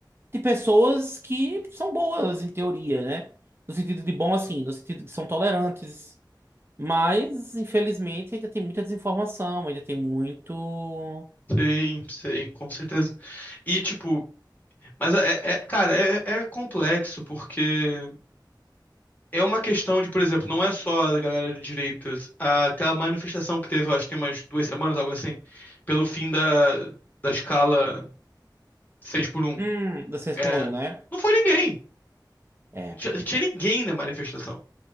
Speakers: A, on the right; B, on the left.
A: de pessoas que são boas, em teoria, né? No sentido de bom, assim, no sentido de são tolerantes. Mas, infelizmente, ainda tem muita desinformação, ainda tem muito.
B: Sim, sim, com certeza. E, tipo, mas, é, é- é, cara, é, é complexo, porque É uma questão de, por exemplo, não é só da galera de direitas. Aquela manifestação que teve, eu acho que tem umas duas semanas, algo assim, pelo fim da, da escala 6 por um,
A: Hum, da seis
B: É,
A: por um, né?
B: não foi ninguém.
A: É.
B: Não tinha, não tinha ninguém na manifestação.